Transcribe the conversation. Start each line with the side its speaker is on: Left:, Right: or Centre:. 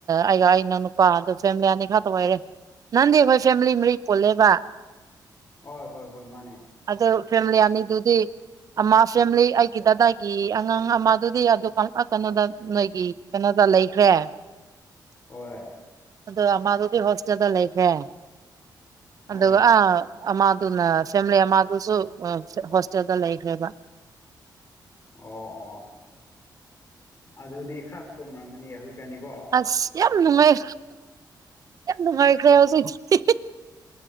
Right: ꯑꯩꯒ ꯑꯩ ꯏꯅꯥꯎ ꯅꯨꯄꯥ ꯍꯟꯗꯛ ꯐ‌ꯦꯃꯤꯂꯤ ꯑꯅꯤꯈꯛꯇ ꯑꯣꯏꯔꯦ ꯅꯍꯟꯗꯤ ꯑꯩꯈꯣꯏ ꯐꯦꯃꯤꯂꯤ ꯃꯔꯤ ꯄꯨꯜꯂꯦꯕ
Left: ꯍꯣꯏ ꯍꯣꯏ ꯍꯣꯏ ꯃꯥꯅꯦ
Right: ꯑꯗ‌ꯣ ꯐꯦꯃꯤꯂꯤ ꯑꯅꯤꯗꯨꯗꯤ ꯑꯃ ꯐꯦꯃꯤꯂꯤ ꯑꯩꯒꯤ ꯗꯗꯥꯒꯤ ꯑꯉꯥꯡ ꯑꯃꯗꯨꯗꯤ ꯑꯗꯨ ꯀꯩꯅꯣꯗ ꯅꯣꯏꯒꯤ ꯀꯩꯅꯣꯗ ꯂꯩꯈ꯭ꯔꯦ
Left: ꯍꯣꯏ
Right: ꯑꯗꯨ ꯑꯃꯗꯨꯗꯤ ꯍꯣꯁꯇꯦꯜꯗ ꯂꯩꯈ꯭ꯔꯦ ꯑꯗꯨꯒ
Left: ꯍꯣꯏ
Right: ꯑ ꯑꯃꯗꯨꯅ ꯐꯦꯃꯤꯂꯤ ꯑꯃꯗꯨꯁꯨ ꯍꯣꯁꯇꯦꯜꯗ ꯂꯩꯈ꯭ꯔꯦꯕ
Left: ꯑꯣ ꯑꯣ ꯑꯣ ꯑꯗꯨꯗꯤ ꯈꯔ ꯀꯣꯝꯔꯝꯒꯅꯤ ꯍꯧꯖꯤꯛꯀꯥꯟꯗꯤꯀꯣ
Right: ꯑꯁ ꯌꯥꯝ ꯅꯨꯡꯉꯥꯏ ꯌꯥꯝ ꯅꯨꯡꯉꯥꯏꯈ꯭ꯔꯦ ꯍꯧꯖꯤꯛꯇꯤ